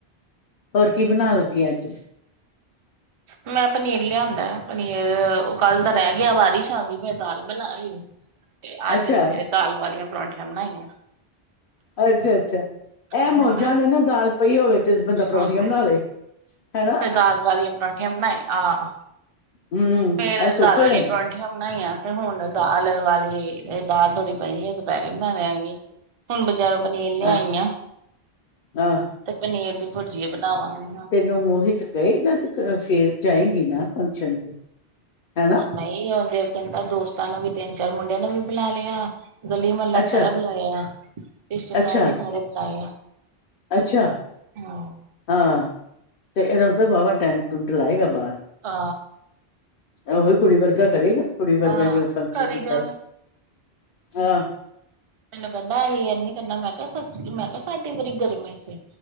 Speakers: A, on the left; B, on the right.
A: ਹੋਰ ਕੀ ਬਣਾਣ ਲੱਗੀ ਅੱਜ ਸ।
B: ਮੈਂ ਪਨੀਰ ਲਿਆਂਦਾ। ਪਨੀਰ ਉਹ ਕੱਲ ਦਾ ਰਹਿ ਗਿਆ ਬਾਰਸ਼ ਆਗੀ ਫੇਰ ਮੈਂ ਦਾਲ ਬਣਾ ਲੀ। ਤੇ ਅੱਜ
A: ਅੱਛਾ,
B: ਸਵੇਰੇ ਦਾਲ ਵਾਲੀਆਂ ਪਰੌਂਠੀਆਂ ਬਣਾਈਆਂ ਨੇ।
A: ਅੱਛਾ-ਅੱਛਾ ਇਹ
B: ਤੇ
A: ਮੌਜਾਂ
B: ਹੁਣ
A: ਨੇ ਨਾ ਦਾਲ ਪਈ ਹੋਵੇ ਤੇ ਬੰਦਾ ਪਰੌਂਠੀਆਂ
B: ਹਾਂ,
A: ਬਣਾ ਲਏ। ਹੈਨਾ।
B: ਤੇ ਦਾਲ ਵਾਲੀਆਂ ਪਰੌਂਠੀਆਂ ਬਣਾਏ, ਆਹ।
A: ਹੂੰ,
B: ਫੇਰ
A: ਇਹ ਸੁੱਖ
B: ਦਾਲ
A: ਹੋ
B: ਵਾਲੇ
A: ਜਾਂਦਾ।
B: ਪਰੌਂਠੇ। ਬਣਾਈਆਂ ਤੇ ਹੁਣ ਦਾਲ ਵਾਲੀ ਦਾਲ ਥੋੜੀ ਪਈ ਸੀ ਦੁਪਹਿਰੀ ਬਣਾ ਲਿਆਂਗੀ। ਹੁਣ ਬਜ਼ਾਰੋਂ ਪਨੀਰ ਲਿਆਈ
A: ਹਾਂ,
B: ਆ
A: ਹਾਂ
B: ਤੇ ਪਨੀਰ ਦੀ ਭੁੁਰਜੀਏ ਬਣਾਵਾਂਗੇ
A: ਨੂੰ ਮੋਹਿਤ ਕਹੇਗਾ ਤੇ ਫੇਰ ਜਾਏਗੀ ਨਾ ਫੰਕਸ਼ਨ ਤੇ ਹੈਨਾ
B: ਨਈ ਉਹਦੇ ਕਹਿੰਦਾ ਦੋਸਤਾਂ ਨੂੰ ਵੀ ਤਿੰਨ -ਚਾਰ ਮੁੰਡਿਆਂ ਨੇ ਵੀ ਬੁਲਾ ਲਿਆ ਗਲੀ ਮਹਲਾ
A: ਅੱਛਾ,
B: ਸਾਰਾ ਬੁਲਾਇਆ, ਰਿਸ਼ਤੇਦਾਰ
A: ਅੱਛਾ,
B: ਵੀ ਸਾਰੇ ਬੁਲਾਏ ਆ।
A: ਅੱਛਾ।
B: ਹਾਂ।
A: ਹਾਂ ਤੇ ਇਹਦਾ ਮਤਲਬ ਵਾਹਵਾ ਟੈਂਟ ਟੂਟ ਲਾਏਗਾ ਬਾਹਰ
B: ਆ।
A: ਉਹੀ ਕੁੜੀ ਵਰਗਾ ਕਰੇਗਾ, ਕੁੜੀ ਵਰਗਾ
B: ਆਹ
A: ਜਿਵੇਂ ਫੰਕਸ਼ਨ
B: ਕਰੀ
A: ਕੀਤਾ
B: ਜਾਵੇ।
A: ਸੀ। ਹਾਂ।
B: ਮੈਨੂੰ ਕਹਿੰਦਾ ਅਸੀ ਇਹਨੀ ਕਹਿੰਦਾ ਮੈਂ ਕਿਹਾ ਮੈਂ ਕਿਹਾ ਸਾਡੀ ਵਾਰੀ ਗਰਮੀ ਸੀ